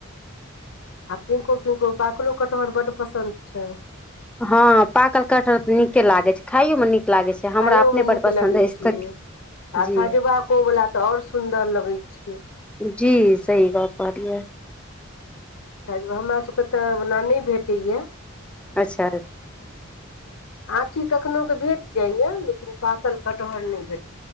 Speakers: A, on the left; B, in the centre.
A: आ पिंको पिंको पाकलो कटहर बड्ड पसन्द छै
B: हँ पाकल कटहर तऽ नीके लागैत छै खाइयो मे नीक लागै छै हमरा
A: खाइयो
B: अपने
A: मे नीक
B: बड पसन्द
A: लगै छै
B: अछि तऽ
A: आ
B: जी
A: खजबाकोवला तऽ आओर सुन्दर लगैत छै
B: जी सही गप कहलियै
A: ख हमर सभकेँ तऽ ओना नहि भेटैएा
B: अच्छा
A: आँठी कखननो के भेट जाइएा लेकिन पाकल कटहर नहि भेटै